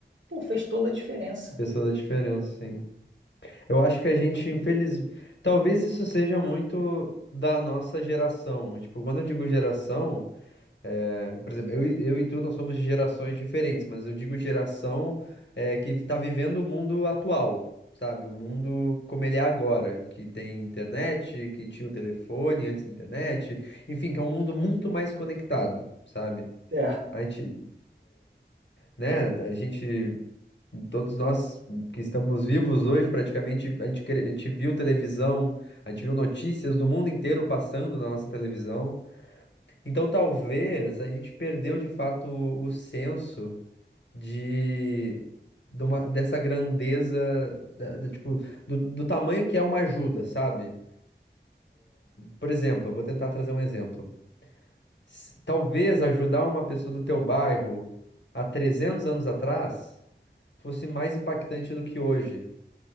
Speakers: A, on the right (about 85°); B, on the left (about 70°).
A: pô, fez toda a diferença.
B: Pessoa da diferença, sim. Eu acho que a gente, infeliz... Talvez isso seja muito da nossa geração. Tipo, quando eu digo geração, é, por exemplo, eu, e- eu e tu, nós somos de gerações diferentes, mas eu digo geração é, que tá vivendo o mundo atual, sabe? O mundo como ele é agora, que tem internet, que tinha o telefone antes da internet, enfim, que é um mundo muito mais conectado, sabe?
A: Certo.
B: A gente, né, a gente Todos nós que estamos vivos hoje, praticamente, a gente, cre- a gente viu televisão, a gente viu notícias do mundo inteiro passando na nossa televisão. Então, talvez a gente perdeu de fato o senso de, de uma- dessa grandeza, da- da- tipo, do, do tamanho que é uma ajuda, sabe? Por exemplo, eu vou tentar trazer um exemplo. S- Talvez ajudar uma pessoa do teu bairro há 300 anos atrás fosse mais impactante do que hoje.